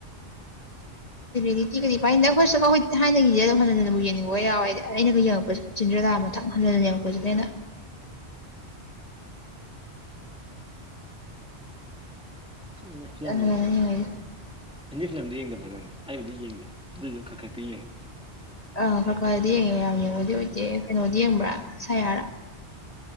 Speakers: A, on the left; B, in the centre.
A: ꯗꯤꯤ ꯀꯔꯤ ꯄꯥꯏꯗ ꯑꯩꯈꯣꯏꯁꯨꯀ ꯑꯩꯈꯣꯏ ꯊꯅꯒꯤꯁꯦ ꯑꯗꯨꯝ ꯍꯟ ꯍꯅ ꯑꯃꯨꯛ ꯌꯦꯅꯤꯡꯕ ꯌꯥꯎꯋꯦꯗꯤ ꯑꯩꯅꯒ ꯌꯦꯡꯉꯛꯄꯁꯨ ꯆꯤꯟꯗ꯭ꯔꯗꯥꯥ ꯃꯊꯪ ꯍꯟꯍꯜꯅꯤꯡꯉꯛꯄꯁꯤꯗ ꯑꯩꯅ
B: ꯑꯩꯅ ꯐꯤꯔꯂꯝꯖꯩꯅ
A: ꯍꯟꯅ ꯍꯟꯅ ꯌꯦꯡꯉꯛꯏ
B: ꯍꯤꯟꯗꯤ ꯐꯤꯂꯝꯗꯨ ꯌꯦꯡꯗꯕ꯭ꯔ ꯅꯪꯗꯤ ꯑꯩꯕꯨꯗꯤ ꯌꯦꯡꯗꯦ ꯑꯗꯨꯏꯗꯨ ꯈꯔ ꯈꯛꯇꯤ ꯌꯦꯡꯉꯦ
A: ꯑꯥ ꯈꯔ ꯈꯔꯗꯤ ꯌꯦꯡꯉꯦ ꯌꯥꯝ ꯌꯦꯡꯉꯗꯤ ꯑꯣꯏꯗꯦ ꯀꯩꯅꯣꯗꯤ ꯌꯦꯡꯕ꯭ꯔꯥ ꯁꯌꯥꯔꯥ